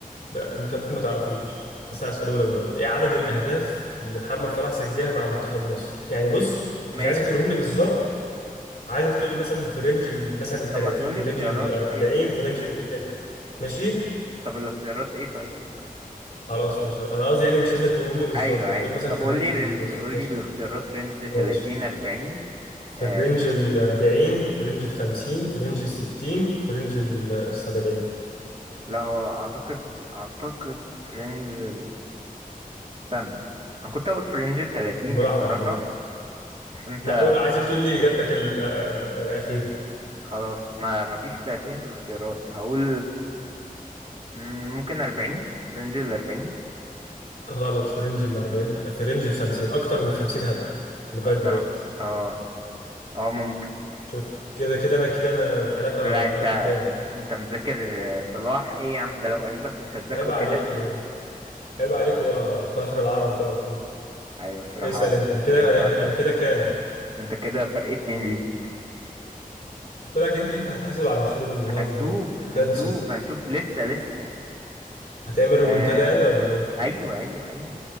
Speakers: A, on the left; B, on the right.
A: يمكن ممكن ما تعرفوش بس هسأله لك برضه ايه عدد الاهداف
B: ايه
A: اللي محمد صلاح سجلها مع منتخب مصر يعني بص
B: ماشي
A: مش عايزك تقولهم
B: ماشي
A: لي بالظبط عايزك تقول لي مثلا في رينج ال- مثلا 30
B: طب ما تقولي
A: في
B: اختيارات
A: رينج ال 40
B: طيب
A: في رينج ال كده ماشي
B: طب الاختيارات ايه طيب
A: خلاص ماشي انا قصدي يعني مش لازم تقولهم لي بالظبط
B: ايوه
A: هتقول
B: ايوه
A: لي مثلا
B: طب
A: في
B: قولي
A: الرينج
B: الرينج
A: ال
B: قولي
A: ماشي
B: الاختيارات رينج 30
A: ماشي
B: 40
A: في
B: آه...
A: الرينج ال 40 في رينج ال 50 في رينج ال 60 في رينج ال 70
B: لا هو اعتقد اعتقد في رينج ال- استنى انا كنت اقول في رينج ال 30
A: براحتك
B: الصراحة
A: براحتك
B: بس انت
A: لا أقول- عايزك تقول لي اجابتك ال- ال- الاخيره
B: خلاص ما ما فيش 30 في الاختيارات هقول مم، ممكن 40 في رينج ال 40
A: غلط في رينج ال 40 في رينج ال 50 اكتر من 50 هدف لغايه
B: اكتر
A: دلوقتي
B: م- اه اه ممكن
A: شوف كده كده انا كده انا ثلاثة
B: لا انت
A: ثلاثة كام
B: انت مذاكر آه، صلاح ايه يا عم ده لو قريبك مش هتذاكره
A: عيب عليك
B: كده
A: يا عم. عيب
B: اه
A: عليك هو فخر العرب بقى وكده
B: ايوه الصراحة
A: اسال انت انا كده
B: انا
A: انا
B: بعشقه
A: انا كده كام
B: انت كده فرق اتنين ليك
A: مش قلت لك انت انت هتحاسب على المشاريب النهارده
B: هنشوف هنشوف
A: خلصت
B: هنشوف لسه لسه
A: هتعمل رومنتادا
B: آه
A: يعني ولا ايه
B: ايوه ايوه ايوه